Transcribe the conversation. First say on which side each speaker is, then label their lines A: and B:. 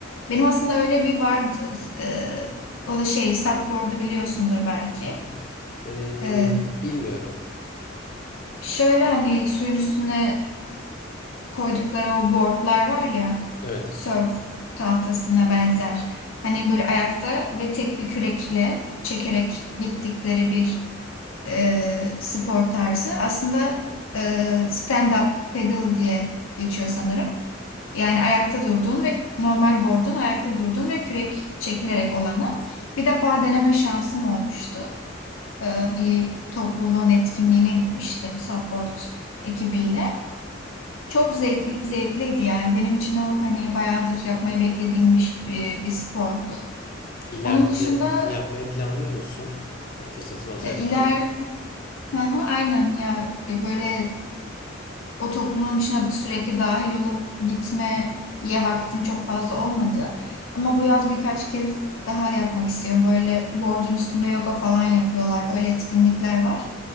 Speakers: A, on the left (about 85°); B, on the left (about 45°).
A: Benim aslında öyle bir vardı. Ee, o da şey, supboard'u biliyorsundur belki.
B: Eee,
A: Ee,
B: bilmiyorum.
A: şöyle hani suyun üstüne koydukları o boardlar var ya
B: Evet.
A: surf tahtasına benzer. Hani böyle ayakta ve tek bir kürekle çekerek gittikleri bir e, spor tarzı. Aslında e, stand-up paddle diye geçiyor sanırım. Yani ayakta durduğun ve normal board'un ayakta durduğun ve kürek çekilerek olanı. Bir defa deneme şansım olmuştu. E, bir topluluğun etkinliğine gitmiştim support ekibiyle. Çok zevkli, zevkliydi yani. Benim için o hani bayağıdır yapmayı beklediğim bir, e, bir spordu.
B: İleride
A: Onun dışında
B: de yapmayı planlıyor musun? Eee, fırsatın olsa
A: e,
B: yapar
A: iler
B: mıydın?
A: Hı hı, aynen ya E, böyle o topluluğun içine sürekli dahil olup gitmeye vaktim çok fazla olmadı. Ama bu yaz birkaç kez daha yapmak istiyorum. Böyle board'un üstünde yoga falan yapıyorlar. Öyle etkinlikler var.